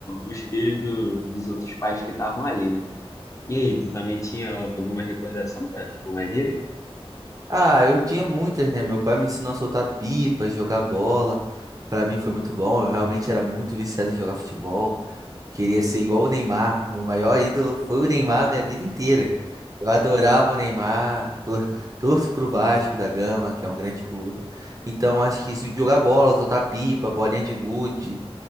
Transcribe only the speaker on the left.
os filhos do- dos outros pais que estavam ali, né? E aí, tu também tinha alguma recordação, cara? Tipo, maneiro?